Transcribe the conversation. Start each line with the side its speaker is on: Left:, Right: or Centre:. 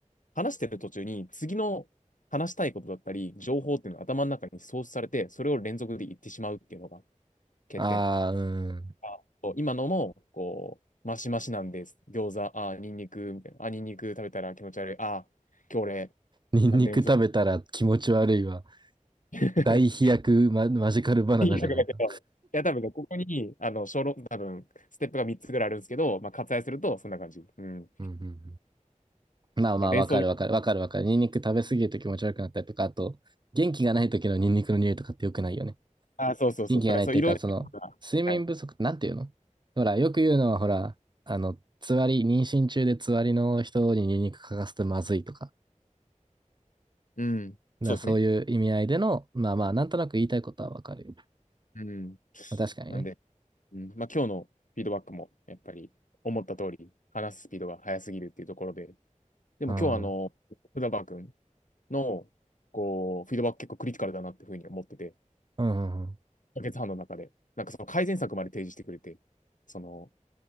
Left: 話してる途中に次の話したいことだったり、情報っていうのが頭の中に創出されて、それを連続で言ってしまうっていうのが欠点。
Right: ああ、うん。
Left: あそう今のも、こう、マシマシなんです。餃子、あニンニク、みたいな。あ、ニンニク食べたら気持ち悪い。あ今日俺、
Right: ニンニク食べたら気持ち悪いわ。
Left: 眠そう。<laughs>
Right: 大飛躍マ、マジカルバナナじゃないか。
Left: いや、だけど、いや、多分ね、ここに、あの、小論、多分、ステップが3つぐらいあるんですけど、まあ、割愛すると、そんな感じ。うん。
Right: うんうんうん。まあまあ、
Left: まあ、連想、
Right: わかるわかるわかるわかる。ニンニク食べ過ぎると気持ち悪くなったりとか、あと、元気がない時のニンニクの匂いとかって良くないよね。
Left: あ、そうそうそう。
Right: 元気がないっていうか、
Left: だから、そう、いろいろなことが、
Right: その、睡眠不足ってなんていうのほら、
Left: はい。
Right: よく言うのは、ほら、あの、つわり、妊娠中でつわりの人にニンニク嗅かすとまずいとか、
Left: うん。
Right: だからそういう意味合いでの、
Left: そうですね。
Right: まあまあ、なんとなく言いたいことはわかるよ。
Left: うん。
Right: まあ、確かにね。
Left: なんで、うん、まあ、今日のフィードバックも、やっぱり、思った通り、話すスピードが速すぎるっていうところで、でも今日は、
Right: うん。
Left: あの、
Right: うん
Left: 福田君の、こう、フィードバック結構クリティカルだなっていうふうに思ってて、
Right: うんうん。
Left: 解決月半の中で、なんかその改善策まで提示してくれて、その、